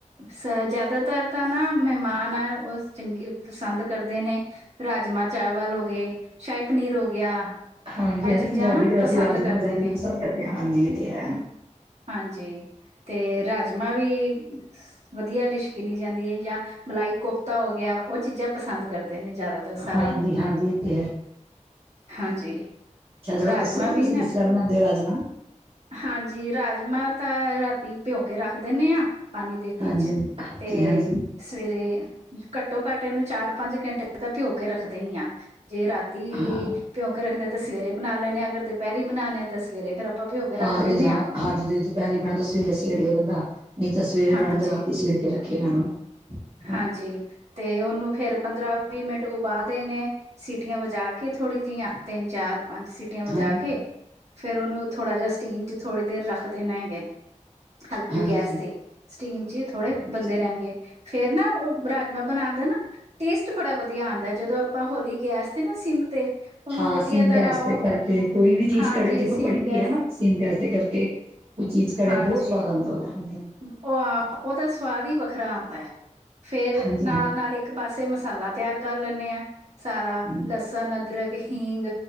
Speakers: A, on the right (about 60°); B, on the right (about 45°).
A: ਸ ਜ਼ਿਆਦਾਤਰ ਤਾਂ ਨਾ ਮਹਿਮਾਨ ਆ ਉਹ ਚੰਗੀ ਪਸੰਦ ਕਰਦੇ ਨੇ। ਰਾਜਮਾਂ ਚਾਵਲ ਹੋ ਗਏ, ਸ਼ਾਹੀ ਪਨੀਰ ਹੋ ਗਿਆ।
B: ਹਾਂਜੀ
A: ਇਹ
B: ਹਾਂਜੀ
A: ਚੀਜ਼ਾਂ
B: ਪੰਜਾਬੀ
A: ਨਾ
B: ਤਾਂ ਵੈਸੇ
A: ਪਸੰਦ
B: ਰਾਜਮਾਂ
A: ਕਰਦੇ
B: ਜ਼ਿਆਦਾ
A: ਨੇ।
B: ਹੀ ਪਸੰਦ ਹਾਂਜੀ ਇਹ ਤੇ ਹੈ।
A: ਹਾਂਜੀ। ਤੇ ਰਾਜਮਾਂ ਵੀ ਵਧੀਆ ਡਿਸ਼ ਗਿਨੀ ਜਾਂਦੀ ਏ ਜਾਂ ਮਲਾਈ ਕੋਫ ਤਾ ਹੋ ਗਿਆ। ਉਹ ਚੀਜ਼ਾਂ ਪਸੰਦ ਕਰਦੇ ਨੇ ਜ਼ਿਆਦਾ ਤਰ ਸਾ
B: ਹਾਂਜੀ-ਹਾਂਜੀ, ਇਹ ਤੇ ਹੈ।
A: ਹਾਂਜੀ,
B: ਅੱਛਾ ਥੋੜਾ
A: ਰਾਜਮਾਂ
B: ਦੱਸੋ ਕਿ
A: ਵੀ
B: ਤੁਸੀਂ
A: ਨਾ
B: ਕਿਸ ਤਰ੍ਹਾਂ ਬਣਾਉਂਦੇ ਹੋ ਰਾਜਮਾਂ
A: ਹਾਂਜੀ ਰਾਜਮਾਂ ਤਾਂ ਰਾਤੀ ਪਿਓਕੇ ਰੱਖ ਦਿੰਦੇ ਆ ਪਾਣੀ ਦੇ
B: ਹਾਂਜੀ
A: ਵਿੱਚ
B: ਹਾਂਜੀ
A: ਤੇ
B: ਹਾਂਜੀ
A: ਸਵੇਰੇ ਘੱਟੋ ਘੱਟ ਇਹਨੂੰ ਚਾਰ ਪੰਜ ਘੰਟੇ ਤਾਂ ਭਿਓ ਕੇ ਰੱਖਦੇ ਹੀ ਆ ਜੇ ਰਾਤ
B: ਹਾਂ
A: ਭਿਉਂਕੇ ਰੱਖਦੇ ਤੇ ਸਵੇਰੇ ਬਣਾ ਲੈਣੇੇ ਅਗਰ ਦੁਪਹਿਰੀ ਬਣਾਣੇ ਆ ਤਾਂ ਸਵੇਰੇ ਫੇਰ ਆਪਾ ਭਿਉਂ ਕੇ ਰੱਖ
B: ਹਾਂ
A: ਦਿੰਨੇ
B: ਹ
A: ਆ
B: ਹਾਂਜੀ ਜੇ ਦੁਪਹਿਰੇ ਬਣਾਣ ਸਵੇਰੇ ਸੇੜ ਲਿਆ ਬੰਦਾ ਨਹੀਂ ਤਾਂ ਸਵੇਰੇ
A: ਹਾਂਜੀ
B: ਬਣਦਾ ਰਾਤੀ ਸੇੜ ਕੇ ਰੱਖ <inaudible>
A: ਹਾਂਜੀ ਤੇ ਉਹਨੂੰ ਫੇਰ ਪੰਦਰਾਂ ਵੀਹ ਮਿੰਟ ਉਬਾਲ ਦੇ ਨੇ ਸੀਟੀਆਂ ਵਜਾ ਕੇ ਥੋੜੀ ਜਿਹੀਆਂ ਤਿੰਨ ਚਾਰ ਪੰਜ ਸੀ ਸੀਟੀਆਂ ਵਜਾ
B: ਹਾਂਜੀ
A: ਕੇ ਫ਼ੇਰ ਉਹਨੂੰ ਥੋੜਾ ਜਿਹਾ ਸਟੀਮ ਚ ਥੋੜੀ ਦੇਰ ਰੱਖ ਦੇਣਾ ਹੈਗੇ ਹਲਕੀ
B: ਹਾਂਜੀ
A: ਗੈਸ ਤੇ ਸਟੀਮ ਚ ਥੋੜੇ
B: ਹਾਂਜੀ
A: ਬੰਦੇ ਰਹਿਣਗੇ ਫੇਰ ਨਾ ਉਹ ਰਾਜਮਾਂ ਬਣਾ ਦੇਣਾ ਟੇਸਟ ਬੜਾ ਵਧੀਆ ਆਉਂਦਾ ਹੈ ਜਦੋਂ ਆਪਾਂ ਹੋਲੀ ਗੈਸ ਤੇ ਨਾ ਸਿੰਮ ਤੇ ਉਹਨੂੰ
B: ਹਾਂ
A: ਵਧੀਆ
B: ਸੀਮ
A: ਤਰ੍ਹਾਂ
B: ਗੈਸ
A: ਉਹ
B: ਦੇ ਕਰਕੇ ਕੋਈ ਵੀ ਚੀਜ਼
A: ਹਾਂਜੀ
B: ਘੜੇ ਜਿੱਥੋਂ
A: ਸਿਮ
B: ਕੜੀ ਵੀ
A: ਗੈਸ
B: ਹੈ ਸੀਮ ਗੈਸ ਦੇ ਕਰਕੇ ਕੋਈ ਚੀਜ਼ ਘੜੇ
A: ਹਾਂਜੀ
B: ਬਹੁਤ ਸਵਾਦ ਆਉਂਦਾ ਉਹਦਾ ਹ
A: ਉਹ ਉਹਦਾ ਸਵਾਦ ਹੀ ਵੱਖਰਾ ਆਉਂਦਾ ਹੈ ਫੇਰ
B: ਹਾਂਜੀ
A: ਨਾਲ ਨਾਲ ਇੱਕ ਇੱਕ ਪਾਸੇ ਮਸਾਲਾ ਤਿਆਰ ਕਰ ਲੈਂਦੇ ਆ ਸਾਰਾ
B: ਹਾਂਜੀ
A: ਲਸਣ, ਅਦਰਕ, ਹਿੰਗ